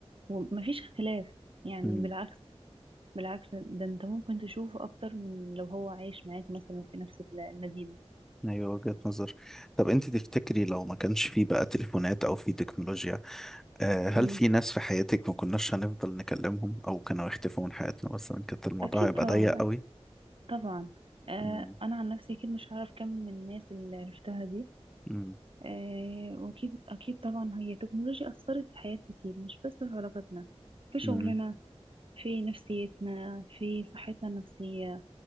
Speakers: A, on the right; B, in the centre.
A: ومفيش اختلاف يعني
B: امم
A: بالعكس بالعكس ده انت ممكن تشوفه اكتر من لو هو عايش معاك مثلا في نفس ال- المدينة
B: ايوه وجهة نظر طب انت تفتكري لو ما كانش في بقى تليفونات او في تكنولوجيا آه، هل
A: امم
B: في ناس في حياتك ما كناش هنفضل نكلمهم او كانوا يختفوا من حياتنا مثلا كانت الموضوع
A: أكيد
B: هيبقى
A: طبعا
B: ضيق قوي
A: طبعا آه
B: امم
A: أنا عن نفسي أكيد مش هعرف كم من الناس اللي عرفتها دي
B: امم
A: آه واكيد اكيد طبعا هي التكنولوجيا اثرت في حياة كتير مش بس في علاقاتنا في شغلنا
B: امم
A: في نفسيتنا في صحتنا النفسية